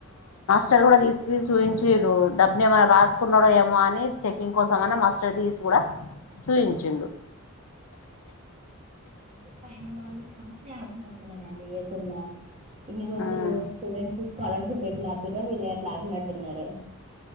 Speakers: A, on the left; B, on the right.
A: సర్వర్ తీసి చూయించురు డబ్బుని ఏమైన్నా రాసుకున్నాడో ఏమో అని చెకింగ్ కోసం ఏమనా మస్టర్ తీసి కూడా చూయించిండు
B: తే పైన వాళ్ళు పన్సి ఆపినట్టున్నారండి ఎప్పుడులా ఇన్ని రోజులు
A: ఉమ్
B: స్టూడెంట్స్ స్కాలర్షిప్ ఇట్ల ఆపిర వీళ్ళు ఏ అట్లా ఆపినట్టున్నార